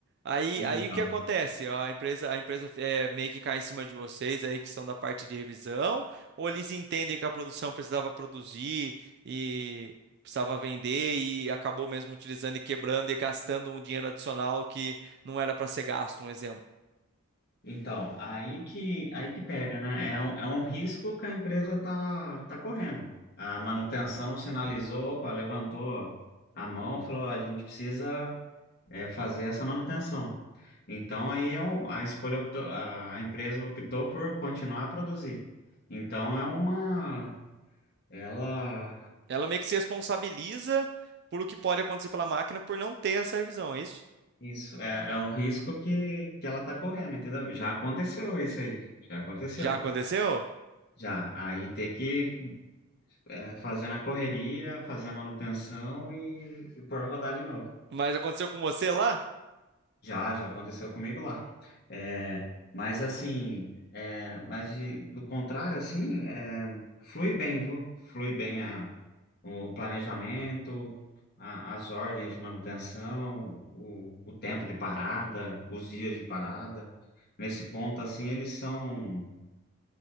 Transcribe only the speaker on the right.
Aí,
aí o que acontece? A empresa, a empresa é, meio que cai em cima de vocês aí que são da parte de revisão, ou eles entendem que a produção precisava produzir e precisava vender e acabou mesmo utilizando e quebrando e gastando um dinheiro adicional que não era para ser gasto, um exemplo.
Ela meio que se responsabiliza por o que pode acontecer pela máquina por não ter essa revisão, é isso?
Já aconteceu?
Mas aconteceu com você lá?